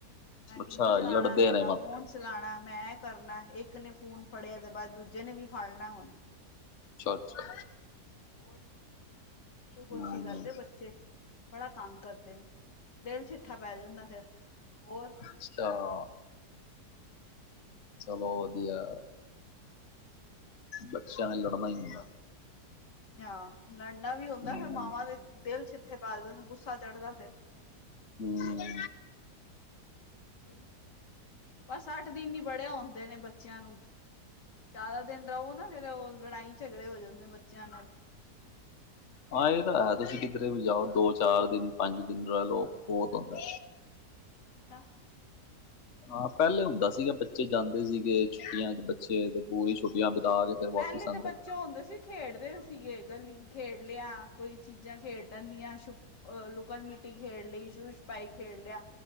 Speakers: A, on the left; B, on the left.
A: ਮੈਂ ਟੀ
B: ਅੱਛਾ
A: ਵੀ ਚਲਾਣਾ
B: ਲੜਦੇ
A: ਵੇ,
B: ਨੇ
A: ਮੈਂ
B: ਮਤ
A: ਫੋਨ ਚਲਾਣਾ, ਮੈਂ ਐ ਕਰਨਾ, ਇੱਕ ਨੇ ਫੋਨ ਫੜਿਆ ਦੇ ਬਾਅਦ ਦੂਜੇ ਨੇ ਵੀ ਫੜਣਾ ਹੁਣ।
B: ਅੱਛਾ-ਅੱਛਾ।
A: ਹੋਰ, ਇਹੀ
B: ਹਮ
A: ਕੁਛ ਕਰਦੇ ਬੱਚੇ, ਬੜਾ ਤੰਗ ਕਰਦੇ ਨੇ। ਦਿਲ ਛਿਥਾ ਪੈ ਜਾਂਦੈ ਫੇਰ, ਹੋਰ
B: ਅਛਿਆ। <unintelligible> ਚਲੋ ਵਧੀਆ ਐ।
A: ਹੂੰ-ਹੂੰ।
B: ਬੱਚਿਆ ਲੜਨਾ ਈ ਹੁੰਦਾ।
A: ਆ ਲੜਨਾ ਵੀ ਹੁੰਦਾ,
B: ਹਮ
A: ਫੇਰ ਮਾਵਾਂ ਦੇ ਦਿਲ ਛਿੱਥੇ ਪਾ ਦੇਂ ਦੇ, ਗੁੱਸਾ ਚੜਦਾ ਫੇਰ।
B: ਹੂੰ।
A: ਓਹੀ, ਬਸ ਅੱਠ ਦਿਨ ਈ ਬੜੇ ਹੁੰਦੇ ਨੇ ਬੱਚਿਆਂ ਨੂੰ, ਜਾਦਾ ਦਿਨ ਰਹੋ ਨਾ, ਫੇਰ ਉਹ ਲੜਾਈ ਝਗੜੇ ਹੋ ਜਾਂਦੇ ਬੱਚਿਆਂ ਨਾਲ।
B: ਹਾਂ ਏ ਤਾਂ ਹੈ, ਤੁਸੀਂ ਕਿਧਰੇ ਵੀ ਜਾਓ ਦੋ ਚਾਰ ਦਿਨ ਪੰਜ ਦਿਨ ਰਹਿ ਲਉ ਬਹੁਤ ਹੁੰਦੈ।
A: ਉਹੀ ਤਾਂ।
B: ਹਾਂ ਪਹਿਲੇ ਹੁੰਦਾ ਸੀਗਾ, ਬੱਚੇ ਜਾਂਦੇ ਸੀਗੇ ਛੁੱਟੀਆਂ ਚ, ਬੱਚੇ ਤੇ ਪੂਰੀ ਛੁੱਟੀਆਂ ਬਿਤਾ ਕੇ ਫਿਰ
A: ਪਹਿਲੇ
B: ਵਾਪਿਸ ਆਉਂਦੇ।
A: ਤਾਂ ਬੱਚੇ ਹੁੰਦੇ ਸੀ ਖੇਡਦੇ ਸੀ ਗੇ, ਗਲੀ ਖੇਡ ਲਿਆ, ਕੋਈ ਚੀਜ਼ਾਂ ਖੇਡਣ ਦੀਆ, ਸ਼ ਉਹ ਲੁਕਣ-ਮਿੱਟੀ ਖੇਡ ਲਈ, ਸ਼ੂਪਨ ਛਪਾਈ ਖੇਡ ਲਿਆ,